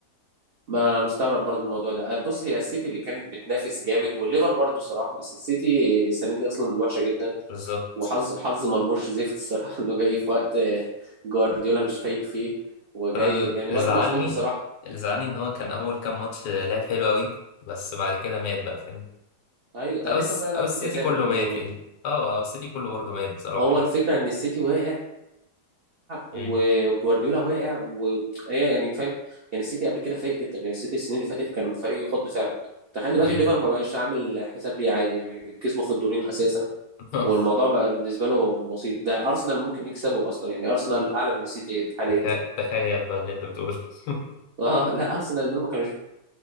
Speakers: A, on the right; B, on the left.
A: ما انا مستغرب برضو الموضوع ده آه، بص هي السيتي اللي كانت بتنافس جامد والليفر برضو الصراحه بس السيتي السنه دي اصلا وحشه جدا
B: بالظبط
A: وحظ حظ مرموش زفت الصراحة <laughs> انه جاي في وقت آه، جوارديولا مش فايق فيه وجاي
B: انا ال-
A: يعني
B: اللي
A: الواد
B: زعلني
A: مظلوم الصراحة
B: اللي زعلني ان هو كان اول كام ماتش لعب حلو قوي بس بعد كده مات بقى فاهم
A: ايوه ده
B: او
A: لسه
B: الس-
A: مضيع ضربة
B: او السيتي
A: جزاء
B: كله
A: من
B: مات
A: يومين
B: يعني اه او السيتي كله برضه مات بصراحه
A: هو
B: يعني
A: الفكرة ان السيتي واقع وجوارديولا
B: امم
A: واقع وهي يعني فاهم يعني السيتي قبل كده فايق جدا يعني السيتي السنين اللي فاتت كان فريق يخض فعلا تخيل دلوقتي
B: امم
A: الليفر ما بقاش عامل حساب ليه عادي يعني كسبوا في الدورين اساسا
B: <laughs>
A: والموضوع بقى بالنسبة له بسيط ده ارسنال ممكن يكسبه اصلا يعني ارسنال اعلى من السيتي حاليا
B: تخ- تخيل بقى اللي انت بتقوله <laughs>
A: اه لا ارسنال دول ما كانوش